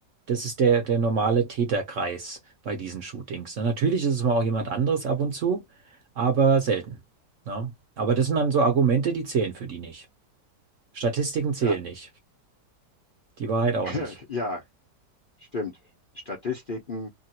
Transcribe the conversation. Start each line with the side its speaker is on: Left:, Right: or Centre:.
Right: das ist der, der normale Täterkreis bei diesen Shootings. Und natürlich ist es mal auch jemand anderes ab und zu, aber selten. Ne? Aber das sind dann so Argumente, die zählen für die nicht. Statistiken zählen
Left: Ja,
Right: nicht. Die Wahrheit auch
Left: <laughs>
Right: nicht.
Left: ja, Stimmt. Statistiken